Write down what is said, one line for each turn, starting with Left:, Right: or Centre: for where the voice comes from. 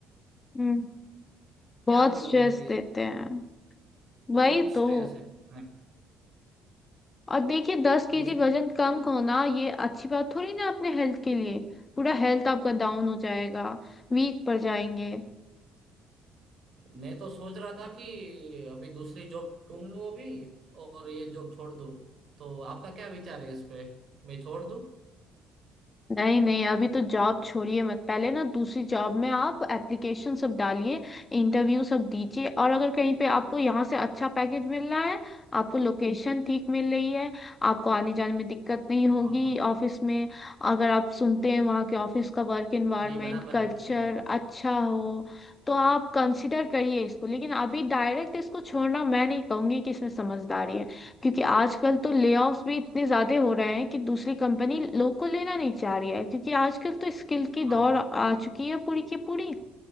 Left: हम्म
Right: क्या
Left: बहुत
Right: बोलूं
Left: स्ट्रेस
Right: मैं अभी
Left: देते हैं
Right: बहुत
Left: वही
Right: स्ट्रेस
Left: तो
Right: है
Left: और देखिए दस
Right: मुझे
Left: केजी वजन
Right: तो
Left: कम होना ये अच्छी बात थोड़ी ना अपने हेल्थ के लिए पूरा हेल्थ आपका डाउन हो जाएगा वीक पड़ जाएंगे
Right: मैं तो सोच रहा था कि अभी दूसरी जॉब ढूंढ लूं अभी और ये जॉब छोड़ दूं तो आपका क्या विचार है इस पे मैं छोड़ दूं
Left: नहीं नहीं अभी तो जॉब छोड़िए मत पहले ना दूसरी जॉब में आप एप्लीकेशन सब डालिए इंटरव्यू सब दीजिए और अगर कहीं पे आपको यहाँ से अच्छा पैकेज मिल रहा है आपको लोकेशन ठीक मिल रही है आपको आने जाने में दिक्कत नहीं होगी
Right: हाँ हाँ
Left: ऑफिस में अगर आप सुनते हैं वहाँ के ऑफिस का वर्क एनवायरनमेंट
Right: नहीं बराबर
Left: कल्चर
Right: है आपकी बात
Left: अच्छा हो तो आप कंसिडर करिए इसको लेकिन अभी डायरेक्ट इसको छोड़ना मैं नहीं कहूंगी कि इसमें समझदारी है क्योंकि आजकल तो लेऑफ्स भी इतने ज्यादा हो रहे हैं कि दूसरी कंपनी लोग को लेना नहीं चाह रही है क्योंकि आजकल तो स्किल की
Right: हाँ
Left: दौड़ आ आ चुकी है पूरी की पूरी